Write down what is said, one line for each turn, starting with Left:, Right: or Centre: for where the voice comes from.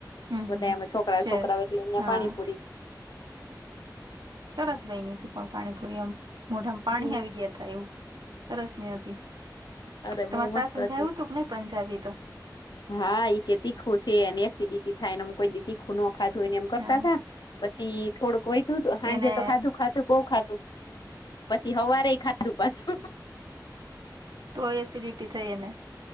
Right: હમ
Left: બધા
Right: હમ
Left: એમાં છોકરા
Right: છે
Left: છોકરાઓ એટલે અહિયાં
Right: હા
Left: પાણીપુરી
Right: સરસ બઈની થી પણ પાણીપુરી એમ. મોઢામાં પાણી
Left: હમ
Right: આવી ગયા થયા તા એવું સરસ બની હતી.
Left: અરે બહુ
Right: તમારે સાસુ
Left: મસ્ત
Right: ન
Left: હતી
Right: ભાવયુ તું કે નઈ પંજાબીતો.
Left: હા એ કે તીખું છે એને એસિડિટી થાયને કોઈ તીખું નો ખાધું એને એમ કરતા
Right: હા
Left: હતા. પછી થોડુંક વય ધુતું હાજે
Right: એને
Left: તો ખાધું ખાધુ બઉ ખાધું. પછી હવારે ખાધું પાછું.
Right: તો એસિડિટી થઈ એને